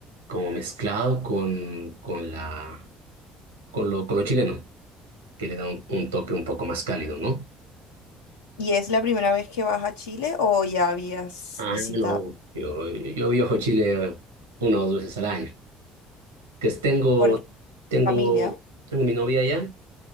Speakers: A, on the right (about 85°); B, on the left (about 85°).
A: como mezclado con, con la, con lo, con lo chileno, que le da un, un toque un poco más cálido, ¿no?
B: ¿Y es la primera vez que vas a Chile o ya habías
A: Ah,
B: visitado?
A: no, yo, yo viajo a Chile una o dos veces al año. Que es- tengo,
B: Porque
A: tengo,
B: familia.
A: tengo mi novia allá